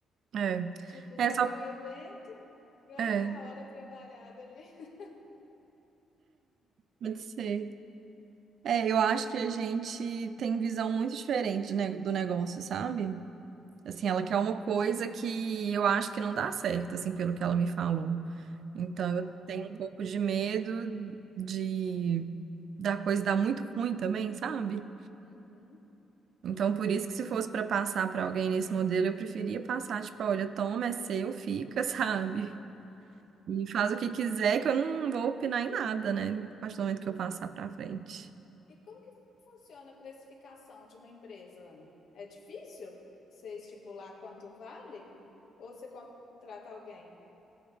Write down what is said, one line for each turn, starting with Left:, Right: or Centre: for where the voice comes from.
Right: É.
Left: Tipo,
Right: É
Left: vai
Right: só.
Left: para um evento, ganha
Right: É,
Left: a hora trabalhada ali. <laughs>
Right: pode ser. É, eu acho que a gente tem visão muito diferente de ne- do negócio, sabe? Assim, ela quer uma coisa que eu acho que não dá certo, assim, pelo que ela me falou. Então,
Left: Ah,
Right: eu tenho um pouco de medo de da coisa dar muito ruim também, sabe?
Left: uhum.
Right: Então, por isso que se fosse para passar para alguém nesse modelo, eu preferia passar, tipo, olha, toma, é seu, fica, <laughs> sabe? E faz o que quiser, que eu não vou opinar em nada, né? A partir do momento que eu passar para frente.
Left: E como que funciona a precificação de uma empresa, Ana? É difícil você estipular quanto vale? Ou você contrata alguém?